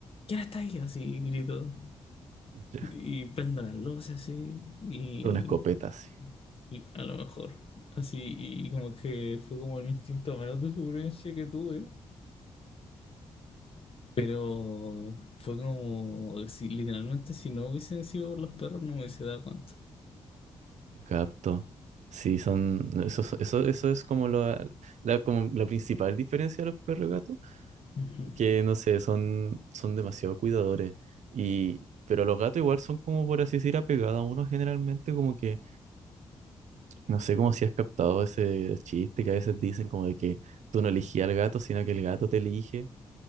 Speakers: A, on the left (about 50°); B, on the right (about 70°).
A: ¿Quién está ahí? Así grito.
B: ya,
A: Y prendo las luces así, y
B: Con una escopeta, sí.
A: y a lo mejor. Así, y como que fue como el instinto menos de supervivencia que tuve. Pero fue como, si, literalmente, si no hubiesen sido por los perros, no me hubiese dado cuenta.
B: Te capto. Sí, son, eso, eso, eso es como la, la- como la principal diferencia de los perros y gatos,
A: Ujú.
B: que no sé, son, son demasiado cuidadores. Y, pero los gatos igual son como, por así decir, apegados a uno generalmente, como que, no sé cómo si has captado ese chiste que a veces dicen como de que tú no elegías al gato, sino que el gato te elige,